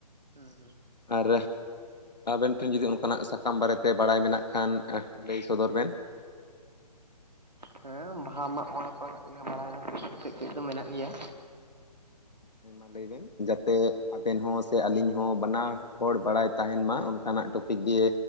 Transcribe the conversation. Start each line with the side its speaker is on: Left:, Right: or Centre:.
Right: ᱦᱩᱸ
Left: ᱟᱨ ᱟᱵᱮᱱ ᱴᱷᱮᱱ ᱡᱩᱫᱤ ᱚᱱᱠᱟᱱᱟᱜ ᱥᱟᱠᱟᱢ ᱵᱟᱨᱮᱛᱮ ᱵᱟᱲᱟᱭ ᱢᱮᱱᱟᱜ ᱠᱷᱟᱱ ᱞᱟᱹᱭ ᱥᱚᱫᱚᱨ ᱵᱮᱱ
Right: ᱦᱩᱸ ᱦᱮᱸ ᱵᱟᱦᱟ ᱢᱟᱜ ᱢᱚᱬᱮ ᱠᱚᱨᱮᱱᱟᱜ ᱜᱮ ᱵᱟᱲᱟᱭ ᱨᱮ ᱫᱚ ᱠᱟᱹᱡ ᱠᱟᱹᱡ ᱫᱚ ᱢᱮᱱᱟᱜ ᱜᱮᱭᱟ
Left: ᱦᱮᱸ ᱢᱟ ᱞᱟᱹᱭ ᱵᱮᱱ ᱡᱟᱛᱮ ᱟᱵᱮᱱ ᱦᱚᱸ ᱥᱮ ᱟᱹᱞᱤᱧ ᱦᱚᱸ ᱵᱟᱱᱟ ᱦᱚᱲ ᱵᱟᱲᱟᱭ ᱛᱟᱦᱮᱱ ᱢᱟ ᱚᱱᱠᱟᱱᱟᱜ ᱴᱚᱯᱤᱠ ᱫᱤᱭᱮ